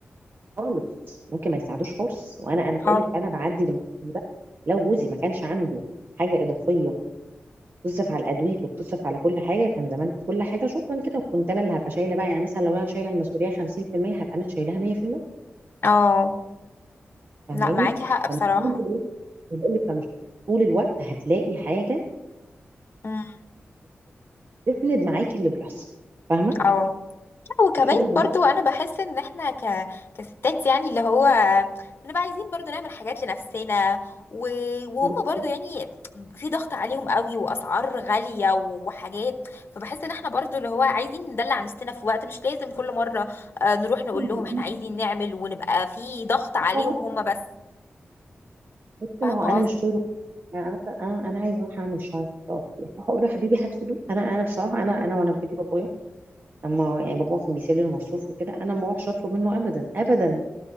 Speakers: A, on the right; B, on the left.
A: خالص ممكن ما يساعدوش خالص وانا انا بقول
B: اه
A: لك انا بعدي من الموقف ده لو جوزي ما كانش عنده حاجه اضافيه تصرف على الادوية وتصرف على كل حاجه كان زمان كل حاجه شكرا كده وكنت انا اللي هبقى شايله بقى يعني مثلا لو انا شايله المسؤوليه 50% هبقى انا شايلها 100%
B: اه
A: فاهماني
B: لا معاكي حق بصراحة
A: فمش- بقول لك فمش طول الوقت هتلاقي حاجه
B: امم
A: تسند معاكي اللي بيحصل فاهمه
B: اه وكمان
A: الشغل مهم
B: برضو انا بحس ان احنا ك... كستات يعني اللي هو بنبقى عايزين برضو نعمل حاجات لنفسنا و... وهم
A: بس
B: برضو يعني في ضغط عليهم قوي واسعار غالية و- وحاجات فبحس ان احنا برضو اللي هو عايزين ندلع نفسنا في وقت مش لازم كل مرة آه، نروح نقول
A: ما
B: لهم احنا عايزين نعمل ونبقى في ضغط عليهم
A: هو
B: هم بس
A: بس
B: فاهمة
A: ما هو انا
B: قصدي
A: مش طول يعني مثلا انا انا عايزه اروح اعمل شعري في التوفيق فهقول له يا حبيبي هات فلوس انا انا بصراحه انا انا وانا في بيت بابايا اما يعني بابا كان بيسيب لي المصروف وكده انا ما اروحش اطلب منه ابدا ابدا